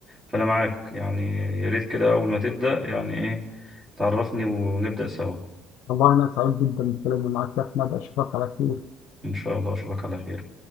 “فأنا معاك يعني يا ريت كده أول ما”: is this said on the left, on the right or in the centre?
Right